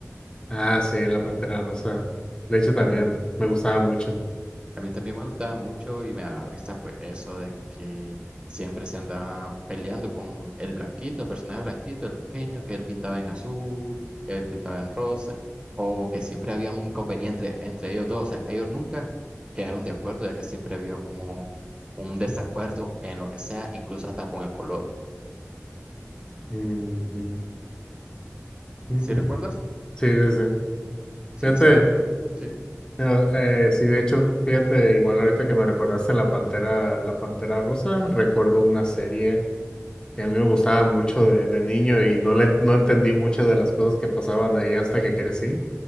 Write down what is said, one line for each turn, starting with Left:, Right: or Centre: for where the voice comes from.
Left: Ah, sí, la Pantera Rosa. De hecho, también
Right: A mí.
Left: me gustaba mucho.
Right: A mí también me gustaba mucho y me daba risa pues eso de que siempre se andaba peleando con el blanquito, el personaje blanquito, el pequeño, que él pintaba en azul, él pintaba en rosa, o que siempre había un inconveniente entre ellos dos. O sea, ellos nunca quedaron de acuerdo, ya que siempre había como un desacuerdo en lo que sea, incluso hasta con el color.
Left: Ujú. Mm.
Right: ¿Sí recuerdas?
Left: Sí, sí, sí.
Right: Sí,
Left: Fíjate.
Right: sí, entonces, sí.
Left: No, eh, sí, de hecho, fíjate, igual ahorita que me recordaste la Pantera, la Pantera Rosa, recuerdo una serie que a mí me gustaba mucho de, de niño y no le, no entendí muchas de las cosas que pasaban ahí hasta que crecí.